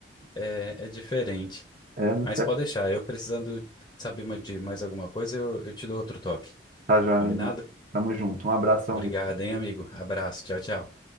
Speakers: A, on the left; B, on the right.
A: é, é diferente.
B: É, não
A: Mas
B: tá
A: pode deixar, eu precisando saber ma- de mais alguma coisa, eu, eu te dou outro toque.
B: tá joia,
A: Combinado?
B: meu amigo. Tamo junto. Um abração
A: Obrigado,
B: aí.
A: hein, amigo? Abraço, tchau, tchau.